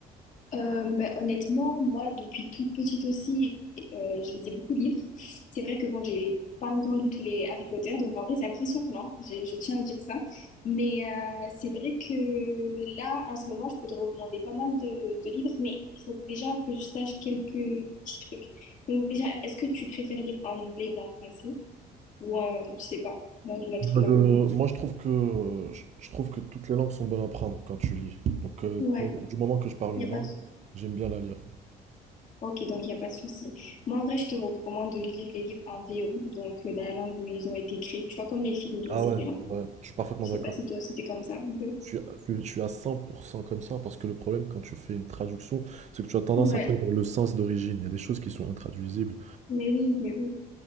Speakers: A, on the left; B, on the right.
A: Euh, bah, honnêtement, moi, depuis toute petite aussi, euh, je lisais beaucoup de livres. C'est vrai que bon, j'ai pas encore lu tous les Harry Potter, donc en vrai, c'est impressionnant. Je, je tiens à dire ça. Mais euh, c'est vrai que là, en ce moment, je peux te recommander pas mal de, de livres, mais il faut déjà que je sache quelques petits trucs. Donc déjà, est-ce que tu préfères lire en anglais ou en français? Ou, euh, je sais pas, dans une autre
B: Moi, je, moi, je trouve que, euh, je, je trouve que toutes les langues sont bonnes à apprendre quand tu lis. Donc, euh,
A: langue?
B: pour- du moment que je parle une
A: Il n'y a pas
B: langue,
A: de...
B: j'aime bien la lire.
A: Ok, donc il n'y a pas de souci. Moi, en vrai, je te recommande de lire les livres en VO, donc euh, dans la langue où ils ont été créés. Tu vois, comme les films, les
B: Ah
A: séries
B: ouais?
A: un peu.
B: Ouais, je suis parfaitement
A: Je
B: d'accord.
A: sais pas si toi, c'était comme ça un peu.
B: Je suis à je suis à 100 comme ça parce que le problème quand tu fais une traduction, c'est que tu as tendance
A: Ouais,
B: à perdre le sens d'origine. Il y a des choses qui sont intraduisibles.
A: mais oui, mais oui.